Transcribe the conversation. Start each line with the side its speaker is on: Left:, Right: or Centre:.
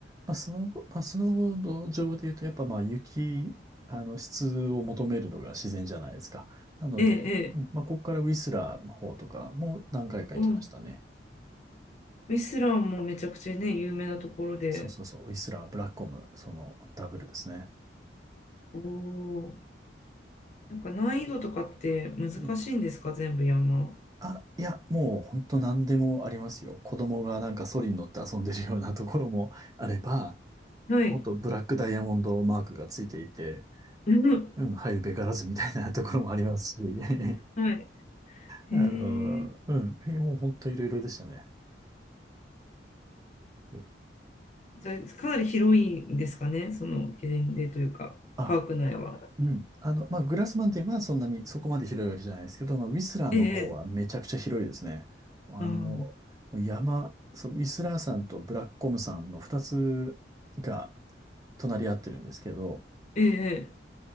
Right: まあ、スノーボ、まあ、スノーボード上で言うと、やっぱまあ雪、あの質を求めるのが自然じゃないですか。なので、
Left: ええ、ええ。
Right: うんまあ、ここからウィスラーの方とかも何回か行きましたね。
Left: うん。ウィスランもめちゃくちゃね、有名なところで。
Right: そうそうそう、ウィスラー、ブラッコム、そのダブルですね。
Left: おお。なんか難易度とかって難しいんですか、
Right: うん
Left: 全部山。
Right: あ、いや、もう本当何でもありますよ。子供がなんかソリに乗って遊んでるようなところもあれば、
Left: はい。
Right: 本当ブラックダイヤモンドマークがついていて、
Left: <laughs> うん
Right: うん、入るべからずみたいなところもありますし、<laughs>
Left: はい。
Right: あの、
Left: へえ。
Right: うん、もう本当いろいろでしたね。うん
Left: じゃあ、かなり広いんですかね、そのゲレンデというか、
Right: あ、
Left: パーク内は。
Right: うん。あの、まあ、グラスマンテンはそんなにそこまで広いわけじゃないですけど、まあ、ウィスラーの方はめちゃくちゃ広いですね。
Left: ええ。
Right: あの、
Left: ああ。
Right: もう山、そう、ウィスラーさんとブラックコムさんの二つが隣り合ってるんですけど、
Left: ええ。